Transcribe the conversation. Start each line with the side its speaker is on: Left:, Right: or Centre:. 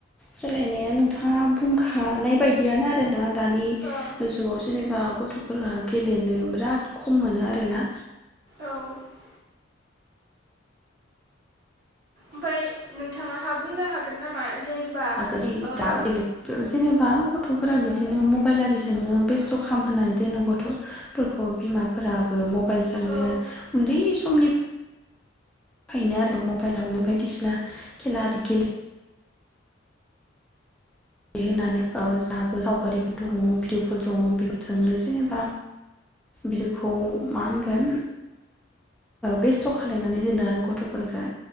Centre: सोलायनाया नोंथाङा बुंखानाय बायदियानो आरोना दानि
Right: ओ
Centre: जुगाव जेनेबा गथफोरा गेलेनो बिराद खम मोनो आरोना
Right: औ ओमफाय ओमफ्राय नोंथांहा बुंनो हागोन नामा जेनेबा-
Centre: आगलि
Right: ओ
Centre: दा आगलि दसेनो बा गथफोरा बिदिनो मबाइल आरिजोंनो बेस्थ खामहोनानै दोनो गथफोरखौ बिमाफोराबो मबाइलजोंनो
Right: औ
Centre: उन्दै समनिफ्रायनो आरो मबाइलावनो बायदिसिना खेला आरि गेले होनानै ओ जाबो सावगारिफोरखौ दङ भिडअफोर दङ बेफोरजोंनो जेनेबा बिखौ मा होनगोन बेस्थ खालायनानै दोनो आरो गथफोरखौ